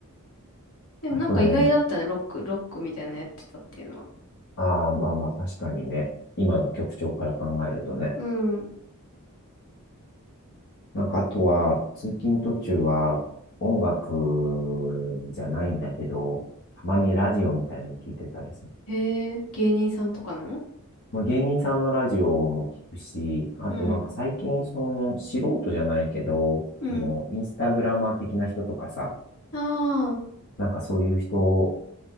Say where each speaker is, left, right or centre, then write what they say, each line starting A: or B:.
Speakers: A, on the left; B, on the left.
A: でもなんか意外だったね、
B: あとね、
A: ロック、ロックみたいなのやってたっていうのは。
B: ああ、まあまあ、確かにね。今の曲調から考えるとね。
A: うん。
B: なんか、あとは、通勤途中は、音楽じゃないんだけど、たまにラジオみたいの聞いてたりする。
A: へえ、芸人さんとかの
B: まあ、芸人さんのラジオも聞くし、あとなんか最近、
A: うん。
B: その、素人じゃないけど、
A: うん。
B: その、インスタグラマー的な人とかさ、
A: ああ、
B: なんかそういう人